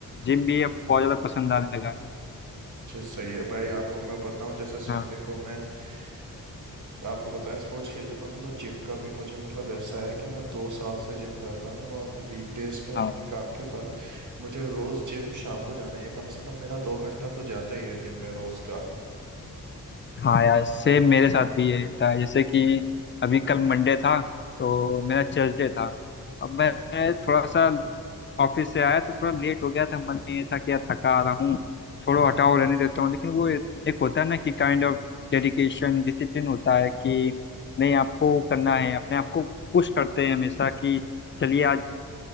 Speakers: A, on the left; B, on the right.
A: जिम भी अब बहुत ज़्यादा पसंद आने लगा है
B: अच्छा सही है भाई आपको मैं बताऊं जैसे संडे
A: हाँ
B: को मैं आ, आपको बताया स्पोर्ट्स खेल लेता हूँ ना तो जिम का भी मुझे मतलब ऐसा है कि मैं दो साल से जिम कर रहा हूँ और वीकडेज पे मैं
A: हाँ
B: अपने काम के बाद मुझे रोज जिम शाम को जाना ही है कम से कम मेरा दो घंटा तो जाता ही है जिम में रोज का
A: हाँ यार सेम मेरे साथ भी ये होता है जैसे कि अभी कल मंडे था तो मेरा चर्च डे था अब मैं
B: आह,
A: थोड़ा सा ऑफिस से आया तो थोड़ा लेट हो गया था मन में ये था कि यार थका आ रहा हूँ छोड़ो हटाओ रहने देता हूँ लेकिन वो एक होता है ना कि काइंड ऑफ डेडिकेशन डिसिप्लिन होता है कि नहीं आपको करना है अपने आप को पुश करते हैं हमेशा कि चलिए आज